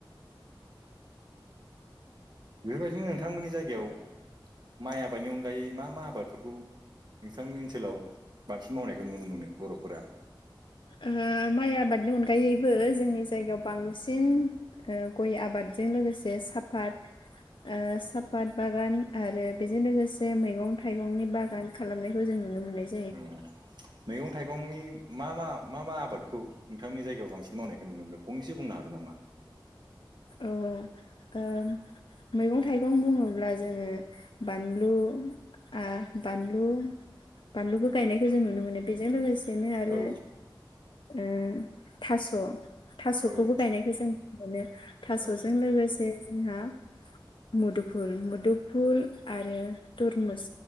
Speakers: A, on the right; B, on the left.
A: बेफोरबायदिनो नोंथांमोननि जायगायाव माइ आबादनि अनगायै मा मा आबादफोरखौ नोंथांनि ओनसोलाव बांसिन मावनायखौ नुनो मोनो बर'फोरा
B: ओ माइ आबादनि अनगायैबो जोंनि जायगायाव बांसिन ओ गय आबादजों लोगोसे साफात ओ सापात बागान आरो बेजों लोगोसे मैगं थाइगंनि बागान खालामनायखौ जों नुनो मोननायसै
A: औ मैगं-थाइगंनि मा मा मा मा आबादखौ नोंथांमोननि जायगायाव बांसिन मावनायखौ नुनो मोनदों फंनैसो बुंनो हागोन नामा?
B: ओ ओ मैगं-थाइगं बुङोब्ला जोंङो बानलु आ बानलु बानलुबो गायनायखौ जों नुनो मोनो बेजों लोगोसे बेनो आरो
A: औ
B: ओ थास' थास'खौबो
A: औ
B: गायनाय जों मोनो थास'जों
A: औ
B: लोगोसे जोंहा मुदुफुल मुदुफुल आरो तरमुस